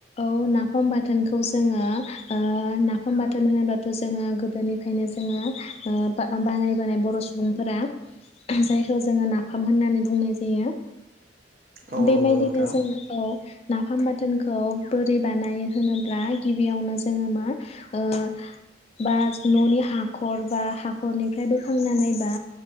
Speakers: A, on the left; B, on the right.
A: औ नाफाम बाथोनखौ जोङो ओ ना- नाफाम बाथोन होनोबाथ' जोङो गोदोनि ओंखायनो जोङो <unintelligible> बोनाय बर' सुबुंफोरा जायखौ जोङो नाफाम होननानै बुंनाय जायो
B: औ
A: बेबायदिनो
B: नंगौ नोंथां
A: जोङो औ नाफाम बाथोनखौ बोरै बानायो होनोब्ला गिबियावनो जोङो मा ओ बा न'नि हाखर बा हाखरनिफ्राय बोखांनानै बा